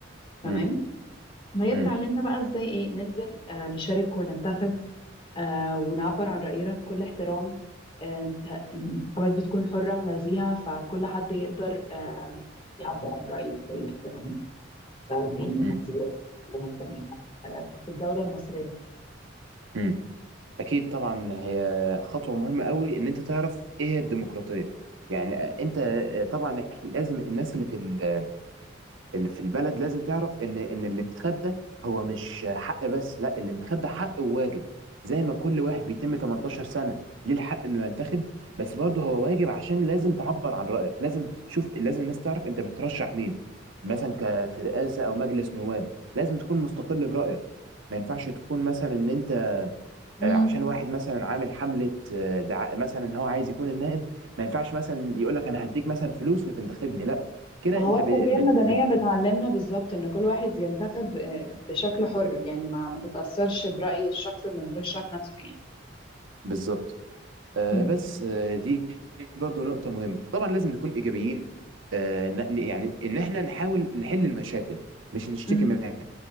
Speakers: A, on the left; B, on the right.
A: تمام
B: مم.
A: فهي
B: مم.
A: بتعلمنا بقى إزاي إيه ننزل آه، نشارك وننتخب آه ونعبر عن رأينا بكل احترام آه انت الانتخابات بتكون حرة ونزيهة فكل حد يقدر آه يعبر عن رأيه بكل احترام فدي
B: مم.
A: نظرية التربية المدنية في الدولة المصرية
B: مم. اكيد طبعا هي خطوه مهمه قوي ان انت تعرف ايه هي الديمقراطيه يعني انت طبعا إح- لازم الناس اللي في ال- اللي في البلد لازم تعرف ان ان الانتخاب ده هو مش حق بس لا الانتخاب ده حق وواجب زي ما كل واحد بيتم 18 سنه ليه الحق انه ينتخب بس برضه هو واجب عشان لازم تعبر عن رايك لازم تشوف لازم الناس تعرف انت بترشح مين مثلا ك- في رئاسه او مجلس نواب لازم تكون مستقل برايك ما ينفعش تكون مثلا ان انت
A: مم.
B: آه، عشان واحد مثلا عامل حمله آه، دعاء مثلا ان هو عايز يكون النائب ما ينفعش مثلا يقول لك انا هديك مثلا فلوس وتنتخبني لا كده
A: ما هو
B: انت
A: التربية
B: ب... بت...
A: المدنية
B: بت...
A: بتعلمنا بالظبط إن كل واحد ينتخب آه، بشكل حر يعني ما ما تتأثرش برأي الشخص اللي مرشح نفسه يعني
B: بالظبط آه،
A: مم.
B: بس آه، دي برضو نقطة مهمة طبعا لازم نكون إيجابيين آه، ن- يعني إن إحنا نحاول نحل المشاكل مش نشتكي
A: مم.
B: منها